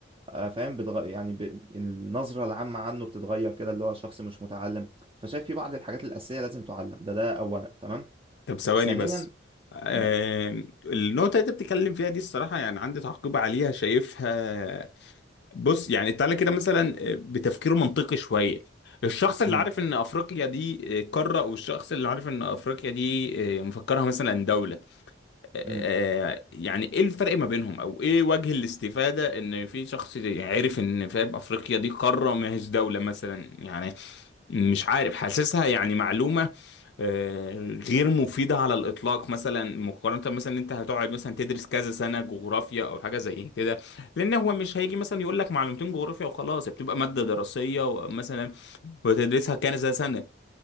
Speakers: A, on the right; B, on the left.
A: آه، فاهم بتغ... يعني ب... النظره العامه عنه بتتغير كده اللي هو شخص مش متعلم فشايف في بعض الحاجات الاساسيه لازم تعلم ده ده اولا تمام
B: طب ثواني
A: ثانيا
B: بس آم،
A: مم،
B: النقطة اللي انت بتتكلم فيها دي الصراحة يعني عندي تعقيب عليها شايفها بص يعني تعالى كده مثلا بتفكير منطقي شوية الشخص اللي
A: مم،
B: عارف ان افريقيا دي آه، قارة والشخص اللي عارف ان افريقيا دي آه، مفكرها مثلا دولة آه،
A: مم،
B: آه، يعني ايه الفرق ما بينهم او ايه وجه الاستفادة ان في شخص عارف ان فاهم افريقيا دي قارة ما هيش دولة مثلا يعني مش عارف حاسسها يعني معلومة آه، غير مفيدة على الإطلاق مثلا مقارنة مثلا إن أنت هتقعد مثلا تدرس كذا سنة جغرافيا أو حاجة زي كده لأن هو مش هيجي مثلا يقول لك معلومتين جغرافيا وخلاص بتبقى مادة دراسية مثلا وتدرسها كذا سنة